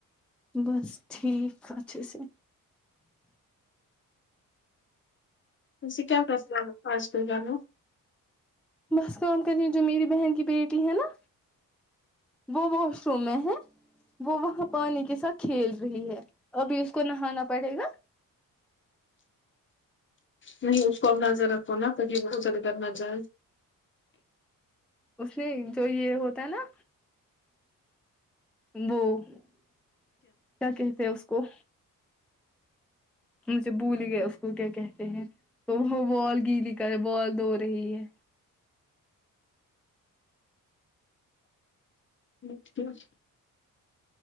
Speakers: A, in the centre; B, on the left.
A: بس ٹھیک اھ سر
B: ت کیا کرستے آاج کل گو
A: بس کام کر رہیں جو میری بہن کی بیٹی ہے نا وہ واش روم میں ہے وہ وہاں پانی کے ساتھ کھیل رہی ہے ابھی اس کو نہانا پڑے گا
B: نہیں اس کو اب نظر رکھو نا تبھی وہ زردر نہ جائے
A: اس میں جو یہ ہوتا ہے نا وہ کیا کہتے ہیں اس کو مجھے بھول ہی گیا اس کو کیا کہتے ہیں تو وہ بال گیلی کر بال دھو رہی ہے
B: جچ